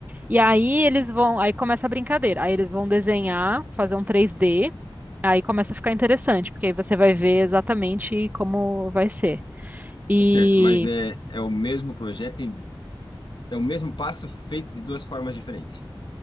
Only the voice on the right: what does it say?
E aí eles vão. Aí começa a brincadeira. Aí eles vão desenhar, fazer um 3D. Aí começa a ficar interessante, porque aí você vai ver exatamente como vai ser. E.